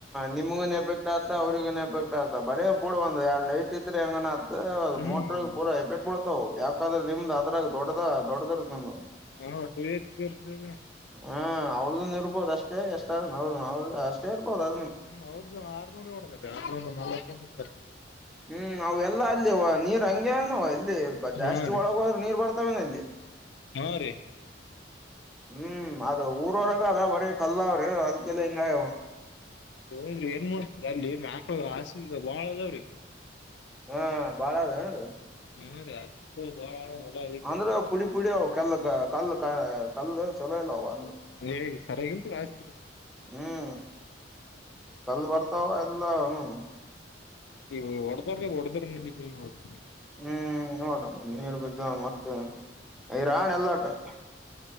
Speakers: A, in the centre; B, on the left (about 65°).
A: ನಿಮ್ಗನ್ ಎಫೆಕ್ಟ್ ಆತ ಅವ್ರಗ ಎಫೆಟ್ ಆತ ಬರೇ ಬೂಡ ಒಂದ ಎರಡ್ ಲೈಟ್ ಇದ್ರೆ ಹೆಂಗ
B: ಹ್ಮ್
A: ಮೋಟ್ರ ಪೂರ ಎಫೆಕ್ಟ್ ಡ್ಬಡ್ದವು ಯಾಕಂದ್ರೆ ನಿಮ್ದ್ ಅದ್ರಾಗ ದೊಡ ದೊಡ್ಡದರ್ದ ನಿಮ್ದ
B: ಹಾಟೇಜ ಕರ್ದಗ
A: ಹಾ ಅವ್ರ್ದನ್ ಇರ್ಬೋದ ಅಷ್ಟೇ ಎಷ್ಟಾದನ್ ಅವ್ರ ಅವ್ರ ಅಷ್ಟೇ ಇರ್ಬೋದು ಅದನ್ನ
B: ಹ್ಮ್ ಅವ್ರದ್ದ ಆರ್ನೂರು ಓಡದಾರೆ ನ ಜತಾರೆ
A: ಹ್ಮ್ ನಾವೆಲ್ಲಾ ಅಲ್ಲಿ ನೀರ್ ಹಂಗಗೆವ ನಾವ ಎಲ್ಲಿ ಜಾಸ್ತಿ
B: ಹಾ ರೀ
A: ಒಳಗೋದ್ರ ನೀರ್ ಬರ್ತಾವನ ಅಲ್ಲಿ
B: ಹಾ ರೀ
A: ಹ್ಮ್ ಅದ ಊರೊಳಗೆ ಅ ಬರ ಕಲ್ಲ ಅವರು ಅದಕ್ಕೆಲ್ಲ ಹೆಂಗಾಯ
B: ಹೋದ್ರಿ ಏನ್ ಮಾಡ್ತರಿ ಅಲ್ಲಿ ಮಕ್ಳ ಆ ಬಾಳ ಅದಾವ್ರಿ
A: ಹಾ ಬಾಳ್ರ ಏರಿ <unintelligible>
B: ಹ್ಮ್ ರೀ <unintelligible> ಹ ಹ <unintelligible>
A: ಅಂದ್ರ ಪುಡಿ ಪುಡಿ ಅವವು ಕಲ್ ಕಲ್ ಕ ಕಲ್ಲ ಚಲೋ ಇಲ್ಲ ಅವ ಅಂದ್ರ <unintelligible>
B: ನೀ ಸರಿಾಗಿ ಆ <unintelligible>
A: ಹ್ಮ್ ಕಲ್ ಬರ್ತಾವ ಎಲ್ಲನು <unintelligible>
B: ನೀವು ಹೊಡದ್ರೀ ಹೊಡದ್ರ ನಿ ನೋಡ <unintelligible>
A: ಹ್ಮ್ ನೋಡ್ರ ನೀರು ಬಿದ್ದ್ ಮತ್ತೆ ಹೈ ರಾಣ ಎಲ್ಲಾಟ <unintelligible>